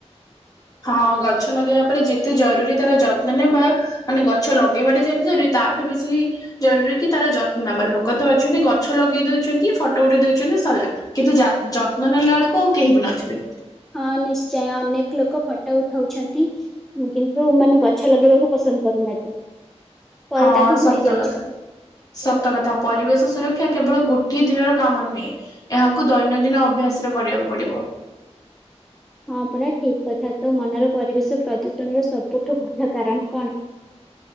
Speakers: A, on the left; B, in the centre.
A: ହଁ ଗଛ ଲଗେଇବା ପରେ ଯେତେ ଜରୁରୀ ତାର ଯତ୍ନ ନେବା ମାନେ ଗଛ ଲଗେଇବାଟେ ଯେତେଜରୁରୀ ତାଠୁ ବେଶୀ ଜରୁରୀ କି ତାର ଯତ୍ନ ନେବା, ଲୋକ ତ ଅଛନ୍ତି ଗଛ ଲଗେଇ ଦଉଚନ୍ତି, ଫଟୋ ଗୋଟେ ଦଉଚନ୍ତି ସରିଲା। କିନ୍ତୁଯ ଯତ୍ନ ନେଲା ବେଳକୁ ଆଉ କେହି ବି ନଥିବେ?
B: ହଁ ନିଶ୍ଚୟ, ଅନେକ ଲୋକ ଫଟୋ ଉଠାଉଛନ୍ତି। କିନ୍ତୁ ମାନେ ଗଛ ଲଗେଇବାକୁ ପସନ୍ଦ କରୁନାହାନ୍ତି, ପରେ
A: ହଁ
B: ତାକୁ ଭୁଲି
A: ସତ
B: ଯାଉଛନ୍ତି।
A: କଥା। ସତ କଥା, ପରିବେଶ ସୁରକ୍ଷା କେବଳ ଗୋଟିଏ ଦିନର କାମ ନୁହେଁ। ଏହାକୁ ଦୈନନ୍ଦିନ ଅଭ୍ୟାସ ରେ କରିବାକୁ ପଡିବ।
B: ହଁ ପୁରା ଠିକ୍ କଥା, ତୋ ମନର ପରିବେଶ ପ୍ରଦୂଷଣର ସବୁଠୁ ଭଲ କାରଣ କଣ?